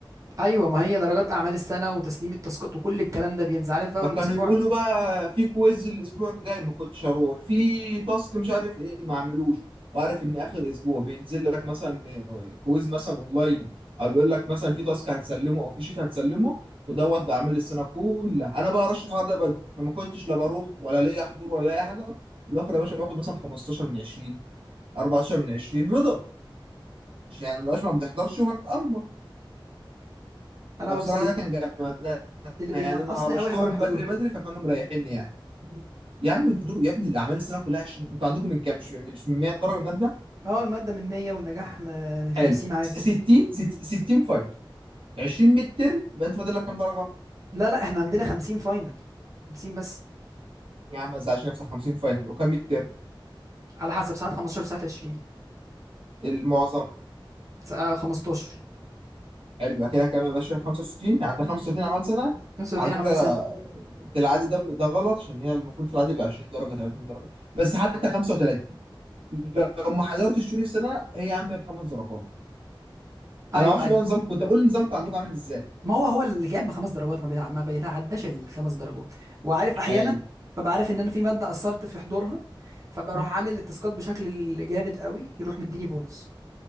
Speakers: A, on the right; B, on the right.
A: ايوه ما هي درجات اعمال السنه وتسليم التاسكات وكل الكلام ده بينزل عارف اول
B: فكانوا
A: الاسبوع
B: يقولوا بقى في كويز الاسبوع الجاي ما كنتش هروح في تاسك مش عارف ايه ما اعملوش وعارف ان اخر اسبوع بينزل لك مثلا آه، كويز مثلا اونلاين او بيقول لك مثلا في تاسك هتسلمه او في شيت هتسلمه ودوت بعمل السنه كلها انا بقى رش الحوار ده بدري فما كنتش لا بروح ولا ليا حضور ولا اي حاجه في الاخر يا باشا باخد مثلا 15 من 20 14 من 20 رضا مش يعني مبقاش ما بنحضرش وهنتأمر
A: انا
B: فبصراحه
A: بس اللي
B: ده كان جامد
A: اللي بينقصني
B: يعني انا هرشتهم
A: قوي حوار الحضور
B: بدري
A: ده
B: بدري فكانوا مريحيني يعني يا عم الحضور يا ابني الاعمال السنه كلها 20 انتوا عندكم من كام مش مش من 100 درجه ماده
A: اه المادة من 100 والنجاح م- من
B: حلو
A: 50 عادي
B: 60 ست- 60 فاينل 20 ميد ترم يبقى انت فاضل لك كام درجه
A: لا لا احنا عندنا 50 فاينل 50 بس
B: يا عم ما تزعلش نفسك 50 فاينل وكام ميد ترم
A: على حسب ساعات 15 ساعات 20
B: المعظم
A: ساعة 15
B: حلو يبقى كده كام يا باشا 65 عندك
A: امم
B: 35 اعمال سنه
A: 35
B: على فكره
A: عمل سنة
B: في العادي ده ده غلط عشان هي المفروض في العادي يبقى 20 درجه 30 درجه بس حتى 35 لو ما حضرتش طول السنه هي يا عم بخمس درجات
A: ايوه
B: انا ما اعرفش
A: ايوه
B: بقى نظامكم كنت بقول نظامكم عندكم عامل ازاي
A: ما هو هو اللي جاب بخمس درجات ما بيتع... ما بيتعداش الخمس درجات وعارف احيانا
B: حلو
A: ببقى عارف ان انا في مادة قصرت في حضورها فبروح
B: <laughs>
A: عامل التاسكات بشكل جامد قوي يروح مديني بونص